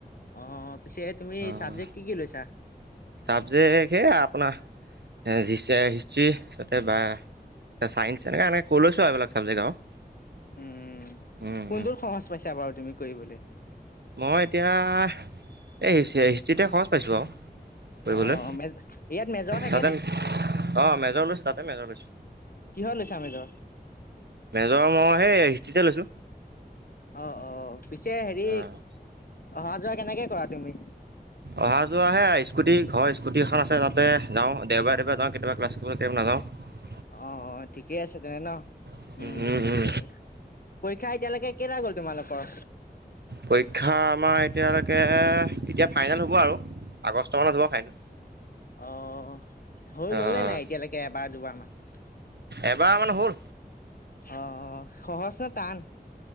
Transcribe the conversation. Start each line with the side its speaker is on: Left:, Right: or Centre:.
Left: অ পিছে তুমি
Right: অঁ
Left: চাবজেক্ট কি কি লৈছা?
Right: চাবজেক্ট সেয়া আপোনাৰ হিষ্ট্ৰী তাতে বা ছাইন্ঞ্চ এনেকৈ এনেকৈ লৈছো আৰু এইবিলাক চাবজেক্ট আৰু।
Left: উম,
Right: উম,
Left: কোনটোৰ
Right: উম।
Left: সহজ পাইছা বাৰু তুমি কৰিবলৈ?
Right: মই এতিয়া এই হিষ্ট্ৰিতে সহজ পাইছো আৰু। কৰিবলৈ
Left: অ মেজ ইয়াত মেজৰ থাকে
Right: তাতে
Left: নে?
Right: অঁ মেজৰ লৈছো তাতে মেজৰ লৈছো।
Left: কিহত লৈছা মেজৰ?
Right: মেজৰ মোৰ সেই হিষ্ট্ৰীিতে লৈছো।
Left: অ অ পিছে হেৰি
Right: অ'
Left: অহা যোৱা কেনেকে কৰা তুমি?
Right: অহা যোৱা হে স্কুটি ঘৰ স্কুটি এখন আছে তাতে যাওঁ দেওবাৰে দেওবাৰে যাও কেতিয়াবা ক্লাছ কেতিয়াবা কেতিয়াবা নাযাও।
Left: অ অ ঠিকে আছে তেনে ন
Right: আৰু
Left: উম চলি পৰীক্ষা এতিয়ালৈকে কেইটা তোমালোকৰ
Right: পৰীক্ষা আমাৰ এতিয়ালৈকে এতিয়া ফাইনেল হ'ব আৰু আগষ্ট মানত হ'ব ফাইনেল
Left: অ হৈ
Right: অঁ
Left: গ'লনে নাই এতিয়ালৈকে এবাৰ দুবাৰ মান
Right: এবাৰ মান হ'ল
Left: অ অ সহজ নে টান